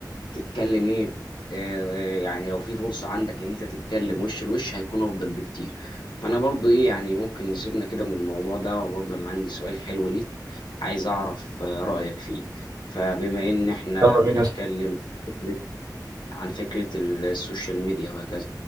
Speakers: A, on the left (about 85°); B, on the right (about 55°).
A: تتكلم ايه آه، آه، يعني لو في فرصة عندك ان انت تتكلم وش لوش هيكون افضل بكتير فانا برضو ايه يعني ممكن نسيبنا كده من الموضوع ده وبرضو انا عندي سؤال حلو ليك عايز اعرف آه، رأيك فيه فبما ان احنا
B: يلا بينا
A: بنتكلم
B: يا صاحبي.
A: فكرة- عن فكرة السوشيال ميديا وهكذا